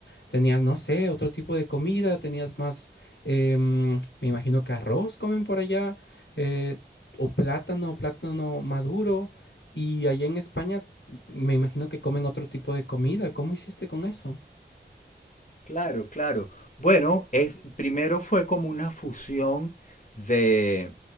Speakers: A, on the left; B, on the left.
A: tenías, no sé, otro tipo de comida, tenías más, em, me imagino que arroz comen por allá. eh, o plátano, plátano maduro. Y allá en España me imagino que comen otro tipo de comida. ¿Cómo hiciste con eso?
B: Claro, claro. Bueno, es, primero fue como una fusión de,